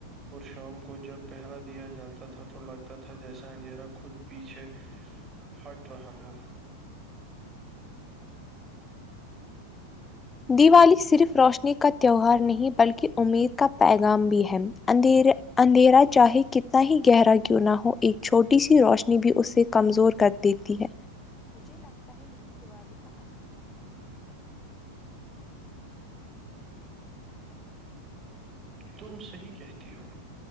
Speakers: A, on the right; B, on the left.
A: اور شام کو جب پہلا دیا جلتا تھا تو لگتا تھا جیسا اندھیرا خود پیچھے ہٹ رہا ہو
B: دیوالی صرف روشنی کا تہوار نہیں بلکہ امید کا پیغام بھی ہے اندھیرے اندھیرا چاہے کتنا ہی گہرا کیوں نہ ہو ایک چھوٹی سی روشنی بھی اس سے کمزور کر دیتی ہے
A: تم صحیح کہتی ہو